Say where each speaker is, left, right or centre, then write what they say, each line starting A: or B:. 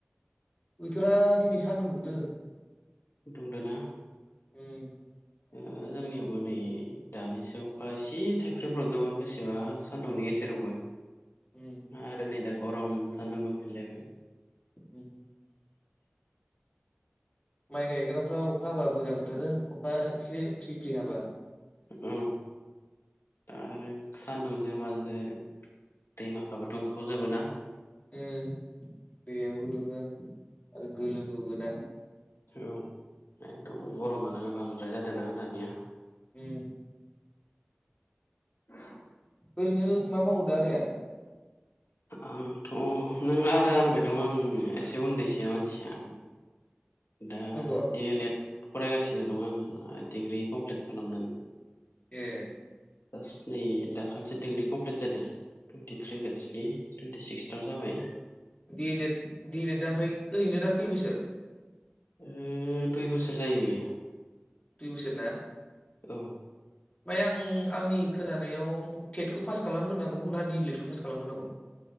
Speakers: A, on the left (about 35°); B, on the left (about 80°).
A: बोथोरा दिनै सान्दुं दुंदों
B: दुंदोना
A: अम
B: ओ जोंनियाव बो नै दानिसो अखासे थाइफ्रि फ्रामदोंमोन बेसेबा सानदुंनि गेजेरावबो <inaudible>
A: अम
B: आरो नै दा गरम सान्दुं दुंफिनलायबाय
A: अम माइ गायग्राफ्रा अखा हाबा मोजां मोनथारो अखा एसे फ्रि फ्रि हाबा
B: औ आरो सानदुंजों माजो दैमाखाबो दुंखावजोबो ना।
A: अम दैयाबो दुङो आरो गोलोमोबो ना।
B: ओ एकदम गरमानो बांद्राय जादों ना दानिया
A: अम
B: <inaudible>
A: ओरैनो मा मावो दा आदाया
B: आंथ' नों आदा होनबाय दं आं एसे उन्दैसो मानसिया दा
A: नंगौ
B: डि एल एड फरायगासिनो दं आङो डिग्रि कमप्लिट खालामनानै
A: ए
B: जास्ट नै दाखालिसो डिग्रि कमप्लिट जादों टुइन्टिथ्रि बेद स्नि टुइन्टि सिक्स्थ था जाबाय
A: डि लेड डि लेडा ओमफ्राय ओरैनो दा खै बोसोर
B: अम दुइ बोसोर जायो बियो
A: दुइ बोसोर ना
B: औ
A: ओमफाय आं आंनि खोनानायाव टेटखौ पास खालामग्रोनांगौ ना डि लेडखौ पास खालामग्रोनांगौ